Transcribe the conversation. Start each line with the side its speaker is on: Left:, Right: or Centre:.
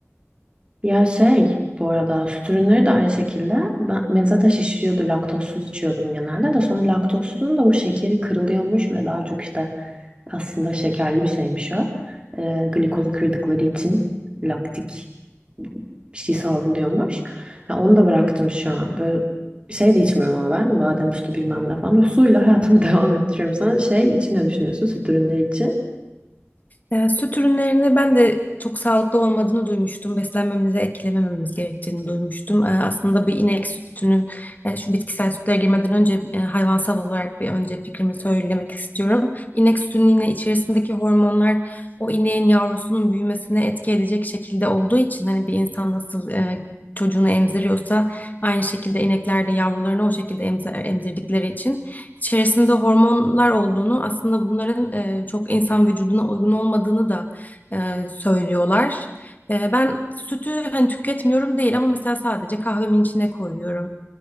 Right: Ya şey bu arada süt ürünleri de aynı şekilde. Ben, beni zaten şişiriyordu laktozsuz içiyordum genelde de sonra laktozsuzun da bu şekeri kırılıyormuş ve daha çok işte aslında şekerli bir şeymiş o. Ee, glikozu kırdıkları için laktik bir şey salgılıyormuş. Ya onu da bıraktım şu an. Böyle şey de içmiyorum ama ben. Badem sütü bilmem ne falan. Böyle suyla hayatımı <laughs> devam ettiriyorum sana. Şey için ne düşünüyorsun? Süt ürünleri için.
Left: Ee, süt ürünlerini ben de çok sağlıklı olmadığını duymuştum. Beslenmemize eklemememiz gerektiğini duymuştum. Ee, aslında bir inek sütünün e, şu bitkisel sütlere girmeden önce e, hayvansal olarak bir önce fikrimi söylemek istiyorum. İnek sütünün yine içerisindeki hormonlar o ineğin yavrusunun büyümesine etki edecek şekilde olduğu için hani bir insan nasıl e, çocuğunu emziriyorsa aynı şekilde inekler de yavrularını o şekilde emzer, emzirdikleri için içerisinde hormonlar olduğunu aslında bunların e, çok insan vücuduna uygun olmadığını da e, söylüyorlar. E, ben sütü hani tüketmiyorum değil ama mesela sadece kahvemin içine koyuyorum.